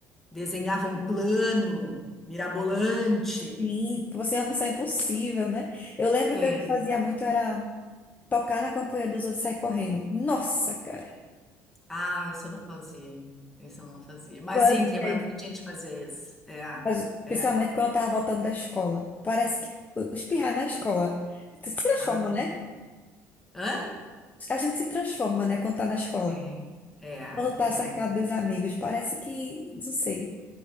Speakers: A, in the centre; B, on the left.
A: desenhava um plano mirabolante.
B: Sim, você é uma missão impossível, né? Eu lembro
A: É.
B: que a gente fazia muito era tocar na campanha dos outros e sair correndo. Nossa, cara.
A: Ah, isso eu não fazia, isso eu não fazia. Mas
B: Mas,
A: sim, tem
B: é,
A: bastante gente que fazia isso. É,
B: mas,
A: é.
B: Principalmente quando eu tava voltando da escola. Parece que o- espirrar na escola se transforma,
A: Ah,
B: né?
A: hã?
B: A gente se transforma, né, quando tá na escola.
A: É, é,
B: Quando tá
A: é,
B: cercado dos amigos, parece que, não sei.